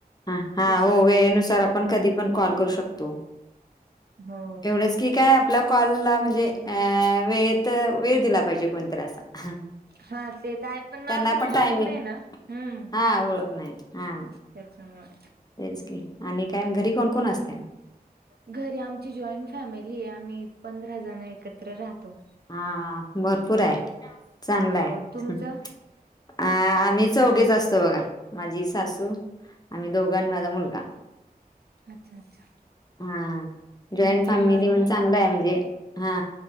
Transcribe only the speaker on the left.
हा हा
हो
वेळेनुसार
आपण कधी पण कॉल करू शकतो.
एवढ जस की काय आपला कॉलला म्हणजे अ वेळेत वेळ दिला पाहिजे कोण- जरासा हा
त्याना
पण टाइमी
हा हो नाय हा
तेच की आणि काय घरी कोण कोण असतय?
हा भरपूर आहे, चांगलं
आहे.
आ आम्ही चौघेच असतो बघा माझी सासू आम्ही दोघं आन माझा मुलगा.
हा जॉइंट
फॅमिली
म्हण
चांगल आहे, म्हणजे हा